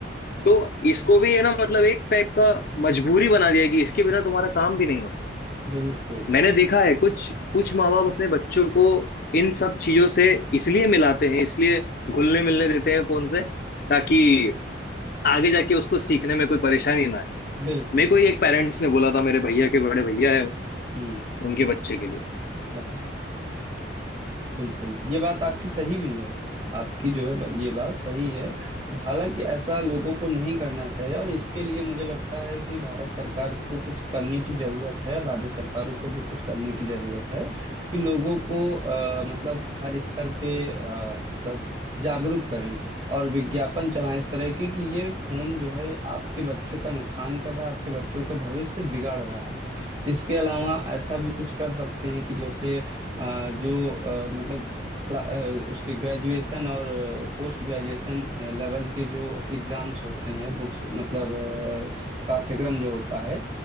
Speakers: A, on the left; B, on the right.
A: तो इसको भी है ना मतलब एक टाइप का मजबूरी बना दिया है कि इसके बिना तुम्हारा काम भी नहीं हो सकता
B: बिल्कुल
A: मैंने देखा है कुछ कुछ माँ बाप अपने बच्चों को इन सब चीजों से इसलिए मिलाते हैं इसलिए घुलने मिलने देते हैं फोन से ताकि आगे जाके उसको सीखने में कोई परेशानी ना आए
B: बिल्कुल
A: मेरे को ही एक पेरेंट्स ने बोला था मेरे भैया के बड़े भैया है
B: हम्म
A: उनके बच्चे के लिए
B: अच्छा बिल्कुल ये बात आपकी सही भी है आपकी जो है ब- ये बात सही है हालांकि ऐसा लोगों को नहीं करना चाहिए और इसके लिए मुझे लगता है कि भारत सरकार को कुछ करने की जरूरत है और राज्य सरकारों को भी कुछ करने की जरूरत है कि लोगों को आ, मतलब हर स्तर पे आ, मतलब जागरूक करें और विज्ञापन चलाएं इस तरह के कि ये फोन जो है आपके बच्चों का नुकसान कर रहा है आपके बच्चों का भविष्य बिगाड़ रहा है इसके अलावा ऐसा भी कुछ कर सकते हैं कि जैसे अ, जो अ, मतलब क्ला- अ, उसके ग्रेजुएशन और पोस्ट ग्रेजुएशन लेवल के जो एग्जाम्स होते हैं बुक्स मतलब अ, पाठ्यक्रम जो होता है